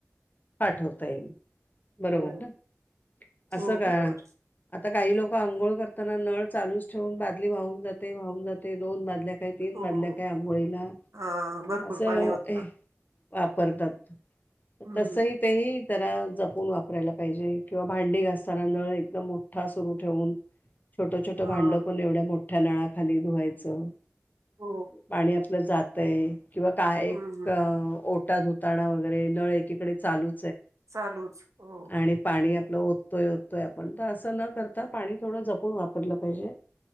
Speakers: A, on the left (about 35°); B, on the right (about 70°).
A: पाठवता येईल बरोबर
B: हो
A: ना
B: हो
A: असं काय
B: बरोबर.
A: आता काही लोक अंघोळ करताना नळ लूच ठेवून बादली वाहून जाते वाहून जाते दोन बादल्या काही तीन
B: हो
A: बाजल्या काही आंघोळीला
B: हा भरपूर
A: असं
B: पाणी होता
A: वापरतात
B: हम्म
A: तसही तेही जरा जप जपुण वापरायला पाहिजे किंवा भांडी घ असताना नळ एकदम मोठा सुरू ठेवून छोट छोटं
B: हा
A: भांड पण एवढ्या मोठ्या नळाखाली धुवायचं
B: हो.
A: पाणी आपलं जात आहे किंवा काय
B: हम्म
A: एक ओ ओटा धुताना वगैरे नळ एकीकडे चालू
B: चालूच हो
A: आणि पाणी आप होतोय होतोय आपण तर असं न करता पाणी थोडं जपून वापरलं पाहिजे